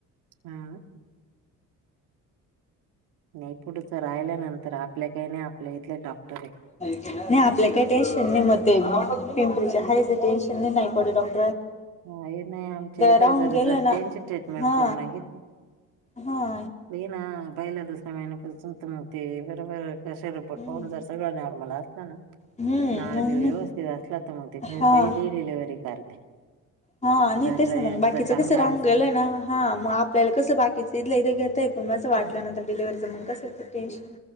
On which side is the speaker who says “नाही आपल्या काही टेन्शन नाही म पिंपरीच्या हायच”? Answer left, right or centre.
Left